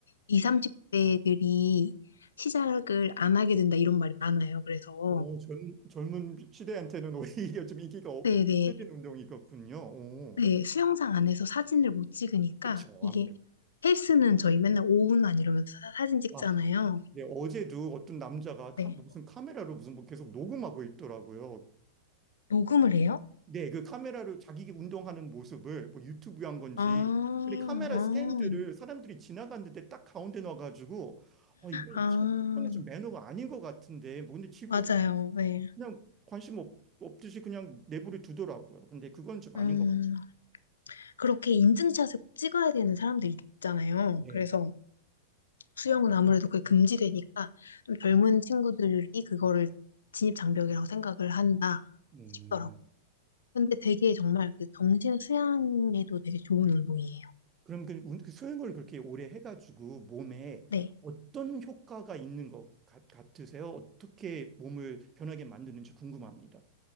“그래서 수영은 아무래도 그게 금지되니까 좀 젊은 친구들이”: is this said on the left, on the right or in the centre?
Left